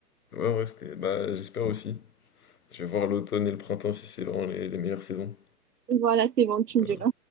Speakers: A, on the left (about 65°); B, on the right (about 80°).
A: Ouais, en vrai, c'était. Bah, j'espère aussi. Je vais voir l'automne et le printemps si c'est vraiment les, les meilleures saisons.
B: Voilà, c'est bon, tu
A: Voilà.
B: me diras.